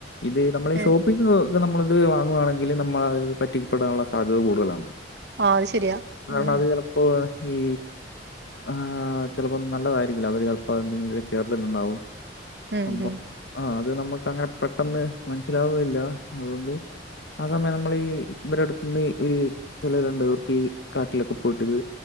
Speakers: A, on the left (about 70°); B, on the right (about 65°).
A: ഇത് നമ്മളെ ഈ
B: ഏഹ്.
A: ഷോപ്പ് പിന്നെക്കെ നമ്മളിത് വാങ്ങുവാണെങ്കിൽ നമ്മളത് പറ്റിക്കപ്പെടാനുള്ള സാധ്യത കൂടുതലാണ്
B: ആ അത് ശരിയാ.
A: കാരണം
B: ഉം.
A: അത് ചെലപ്പോ ഈ ആഹ് ചിലപ്പം നല്ലതായിരിക്കില്ല. അവർ ചിലപ്പോം അത് എന്തെങ്കിലും ചേർത്തിട്ടുണ്ടാവും
B: ഉം,
A: അപ്പം
B: ഉം.
A: ആ അത് നമ്മുക്ക് അങ്ങനെ പെട്ടെന്ന് മനസ്സിലാവെല്ല അതുകൊണ്ട് ആ സമയം നമ്മളീ ഇവരു അടുത്തന്ന് ഒചിലവ രണ്ട് പവർക്ക് ഈ കാട്ടിലൊക്കെ പോയിട്ടത്